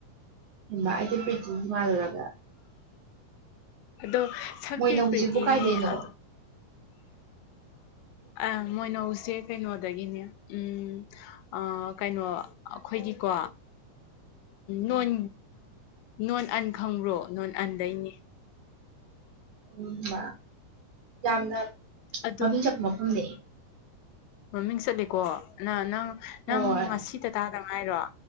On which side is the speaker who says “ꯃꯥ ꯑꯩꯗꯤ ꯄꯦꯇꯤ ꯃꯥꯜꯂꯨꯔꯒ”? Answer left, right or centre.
Right